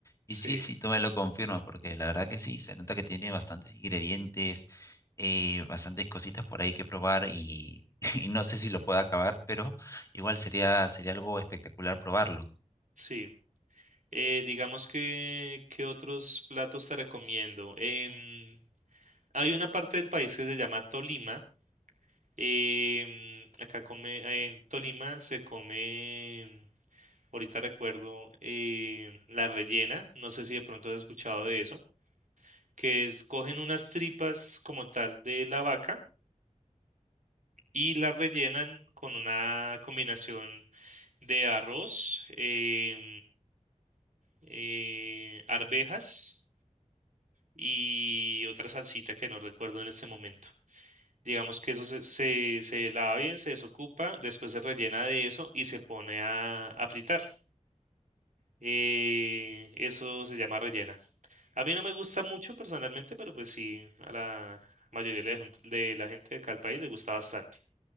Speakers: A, on the left; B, on the right.
A: Y
B: Sí,
A: sí, sí, tú me lo confirmas, porque la verdad que sí, se nota que tiene bastantes ingredientes, eh, bastantes cositas por ahí que probar y, <laughs> y no sé si lo pueda acabar, pero igual sería, sería algo espectacular probarlo.
B: sí. Eh, digamos que, ¿qué otros platos te recomiendo? Em, hay una parte del país que se llama Tolima. em, acá come, en Tolima se come, ahorita recuerdo, eh, la rellena. No sé si de pronto has escuchado de eso, que es cogen unas tripas como tal de la vaca y la rellenan con una combinación de arroz, em, eh, arvejas y otra salsita que no recuerdo en este momento. Digamos que eso se, se, se lava bien, se desocupa, después se rellena de eso y se pone a, a fritar. Eh, eso se llama rellena. A mí no me gusta mucho personalmente, pero pues sí, a la mayoría de la, jun- de la gente de acá del país le gusta bastante.